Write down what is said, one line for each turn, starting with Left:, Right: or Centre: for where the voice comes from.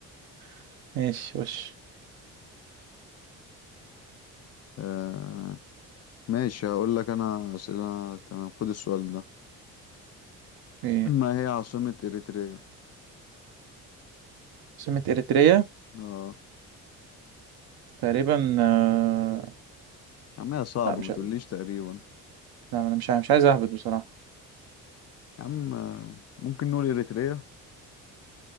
Right: <laughs> ماشي وش
Left: آه ماشي هقول لك انا اسئلة تمام خد السؤال ده
Right: إيه.
Left: <clears throat> ما هي عاصمة اريتريا
Right: سمة اريتريا
Left: اه
Right: تقريبا آه...
Left: يا عم هي صعبة
Right: لا مش
Left: ما تقوليش
Right: ع-
Left: تقريبا
Right: لا انا مش ع- مش عايز اهبط بصراحة
Left: يا عم آه، ممكن نقول اريتريا